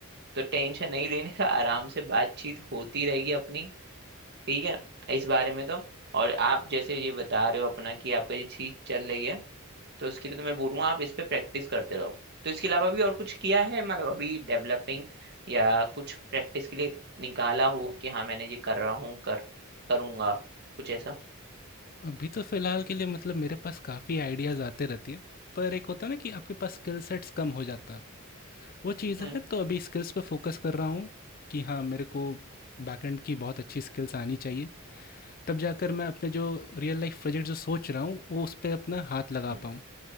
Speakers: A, on the right; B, on the left.
A: तो टेंशन नहीं लेने का आराम से बातचीत होती रहेगी अपनी ठीक है इस बारे में तो और आप जैसे ये बता रहे हो अपना कि आपका ये चीज चल रही है तो इसके लिए तो मैं बोलूँगा आप इस पे प्रैक्टिस करते रहो तो इसके अलावा भी और कुछ किया है मतलब अभी डेवलपिंग या कुछ प्रैक्टिस के लिए निकाला हो कि हाँ मैंने ये कर रहा हूँ कर करूँगा कुछ ऐसा
B: अभी तो फिलहाल के लिए मतलब मेरे पास काफ़ी आइडियाज़ आते रहती है पर एक होता है ना कि आपके पास स्किल सेट्स कम हो जाता है वो चीज़
A: हम्म
B: है तो अभी स्किल्स पे फोकस कर रहा हूँ कि हाँ मेरे को बैकएंड की बहुत अच्छी स्किल्स आनी चाहिए तब जाकर मैं अपने जो रियल लाइफ प्रोजेक्ट जो सोच रहा हूँ वो उस पर अपना हाथ लगा
A: हम्म,
B: पाऊँ